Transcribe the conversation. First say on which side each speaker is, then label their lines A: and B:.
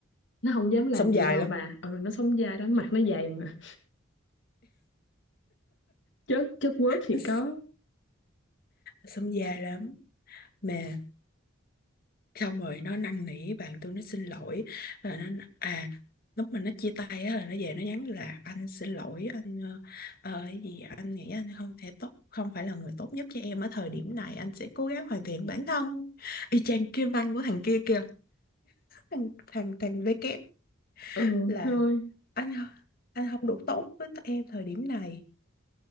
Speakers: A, on the left; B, on the left.
A: nó không dám làm
B: sống
A: gì
B: dài
A: đâu
B: lắm
A: bà ừ nó sống dai đó mặt nó dày mà chất chất quớt thì
B: nó
A: có
B: s- sống dài lắm mà xong rồi nó năn nỉ bạn tôi nó xin lỗi và nó à lúc mà nó chia tay á là nó về nó nhắn là anh xin lỗi anh ờ, ờ, cái gì anh nghĩ anh không thể tốt không phải là người tốt nhất cho em ở thời điểm này anh sẽ cố gắng hoàn thiện bản thân y chang kia văn của thằng kia kìa thằng thằng thằng V kép
A: ừ
B: là
A: thôi
B: anh anh không đủ tốt với tụi em thời điểm này